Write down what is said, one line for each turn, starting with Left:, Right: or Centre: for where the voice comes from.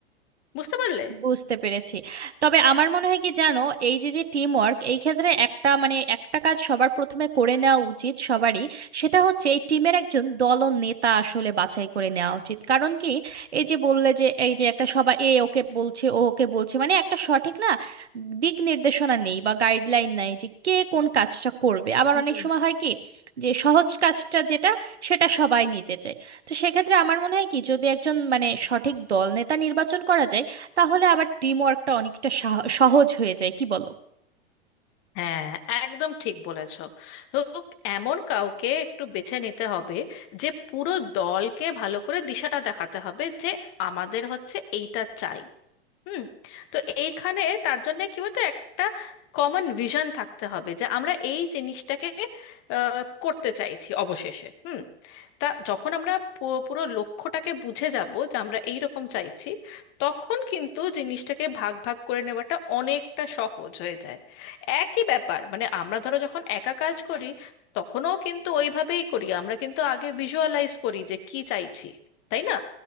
Left: বুঝতে পারলে
Right: বুঝতে পেরেছি তবে আমার মনে হয় কি জানো এই যে যে টিম ওয়ার্ক এই ক্ষেত্রে একটা মানে একটা কাজ সবার প্রথমে করে নেওয়া উচিত সবারই সেটা হচ্ছে এই টিমের একজন দল নেতা আসলে বাছাই করে নেওয়া উচিত কারণ কি এই যে বললে যে এই যে একটা সবাই এ ওকে বলছে ও ওকে বলছে মানে একটা সঠিক না দিক নির্দেশনা নেই বা গাইডলাইন নাই যে কে কোন কাজটা করবে আবার
Left: হুম
Right: অনেক সময় হয় কি যে সহজ কাজটা যেটা সেটা সবাই নিতে চায় তো সেক্ষেত্রে আমার মনে হয় কি যদি একজন মানে সঠিক দল নেতা নির্বাচন করা যায় তাহলে আবার টিম ওয়ার্কটা অনেকটা সাহ- সহজ হয়ে যায় কি বলো
Left: হ্যাঁ একদম ঠিক বলেছো তো এমন কাউকে একটু বেছে নিতে হবে যে পুরো দলকে ভালো করে দিশাটা দেখাতে হবে যে আমাদের হচ্ছে এইটা চাই হুম তো এইখানে তার জন্য কি বলতো একটা কমন ভিশন থাকতে হবে যে আমরা এই জিনিসটাকে আহ, করতে চাইছি অবশেষে হুম তা যখন আমরা পু- পুরো লক্ষ্যটাকে বুঝে যাব যে আমরা এই রকম চাইছি তখন কিন্তু জিনিসটাকে ভাগ ভাগ করে নেওয়াটা অনেকটা সহজ হয়ে যায় একই ব্যাপার মানে আমরা ধরো যখন একা কাজ করি তখনও কিন্তু ওইভাবেই করি আমরা কিন্তু আগে ভিজুয়ালাইজ করি যে কি চাইছি তাই না